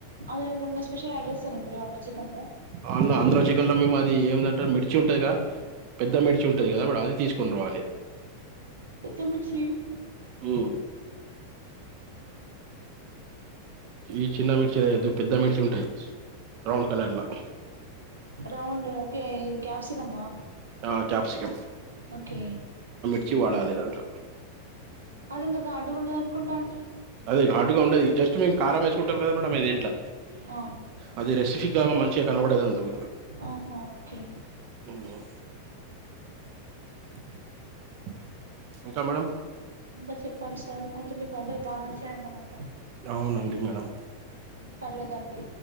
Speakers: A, on the right; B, on the right.
A: అందులో ఇంకేమన్న స్పెషల్ యాడ్ చేస్తరా మీరు ఆంధ్రా చికెన్ లో
B: ఆళ్ల ఆంధ్రా చికన్ల మేము అది ఎందంటే మిర్చి ఉంటది గద పెద్ద మిడ్చి ఉంటది గదా మేడం అది తీసుకుని రావాలె
A: పెద్ద మిర్చి
B: ఉమ్ ఈ చిన్న మిర్చిలేయద్దు పెద్ద మిర్చి ఉంటయి రౌండ్ కలర్ల
A: రౌండ్ ఓకే ఇది క్యాప్సికమ్మా
B: ఆ క్యాప్సికం
A: ఓకే
B: చ్చి వాడాలేదాంట్ల
A: అది అంత ఘాటుగుండదాన్కుంట అండి
B: ది ఘాటుగ ఉండది జస్ట్ మీర్ కారమేసుకుంటరు గద మేడం ఇంట్ల
A: ఆ
B: అది రెసిఫిక్గ మంచిగా కనబడేదందుకు
A: ఆహా ఓకే
B: ఇంగ హ్మ్ <inaudible> ఇంకా మేడం
A: ఇంకా చెప్పాలి సార్ అయితే మీకు వంటలు బానే వచ్చాయన్నమాట.
B: అవునండి మేడం
A: పర్లేదండి